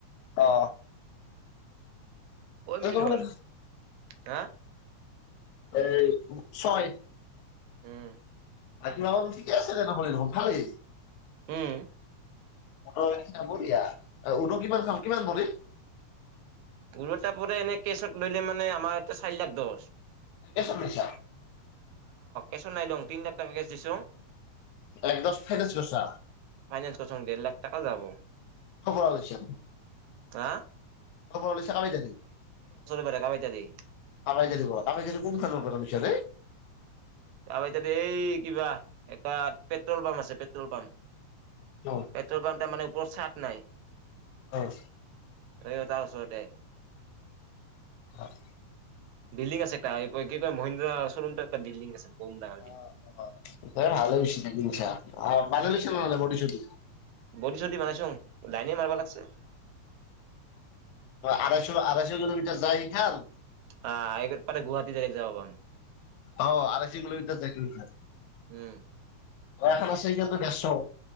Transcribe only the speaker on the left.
অ
এই
এই ছয়
আজি মাহল ঠিকে আছে দে নহলে ভালেই।
মতৰৰ নিচিনা বলিয়া, উদ কিমান খাম কিমান বডিত?
এই চব মিছা
এক দশ ফেকছিল ছাৰ
খবৰ লৈছিল
অপল কাবাই জ
কাবাই জি ব কাব কোন খানচ <unintelligible>
অ
অ'
হয়
অ'
অ' দে ভালেই হৈছে জাগিছা বানালিছে নহলে বডি চডি
আঢৈশ আঢৈশ কিলোমিটাৰ যায় সি খাল
অ আঢৈশ গলেটো চাৰিকিলো মিটাৰ
দোৱাখন আছে কিন্তু গেছঅ